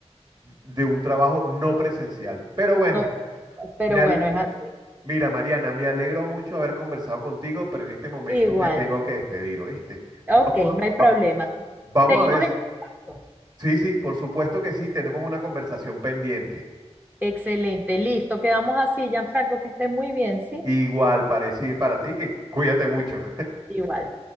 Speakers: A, on the right; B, on the right.
A: de un trabajo no presencial. Pero bueno,
B: no, pero
A: me, al-
B: bueno, es así.
A: Mira, Mariana, me alegro mucho haber conversado contigo, pero en este momento
B: Igual.
A: me tengo que despedir, ¿oíste?
B: Ok,
A: Vamos
B: no hay problema.
A: a, va- vamos
B: Seguimos
A: a ver. s-
B: en contacto.
A: Sí, sí, por supuesto que sí, tenemos una conversación pendiente.
B: Excelente, listo, quedamos así, Gianfranco, que estés muy bien, ¿sí?
A: Igual, parecido para ti, que cuídate mucho.
B: Igual.